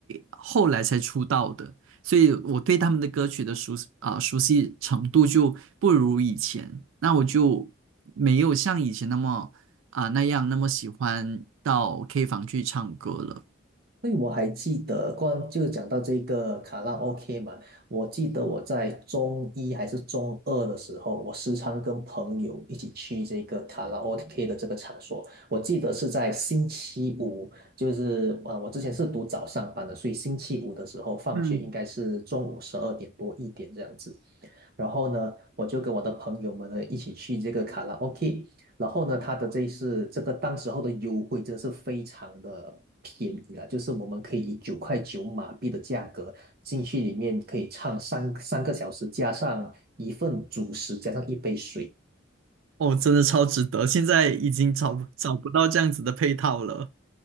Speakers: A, on the right (about 75°); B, on the right (about 45°).
A: 后来才出道的，所以我对他们的歌曲的熟啊、熟悉程度就不如以前，那我就没有像以前那么啊、那样那么喜欢到 K 房去唱歌了。
B: 因为我还记得，关就讲到这个卡拉 OK 嘛，我记得我在中一还是中二的时候，我时常跟朋友一起去这个卡拉 OK 的这个场所。我记得是在星期五，就是啊，我之前是读早上班的，所以星期五的时候放学应该是中午十二点多一点这样子。
A: 嗯，
B: 然后呢，我就跟我的朋友们呢一起去这个卡拉 OK。然后呢，它的这一是这个当时候的优惠真的是非常的便宜了，就是我们可以以九块九马币的价格进去里面可以唱三三个小时，加上一份主食，加上一杯水。
A: 哦，真的超值得，现在已经找不找不到这样子的配套了。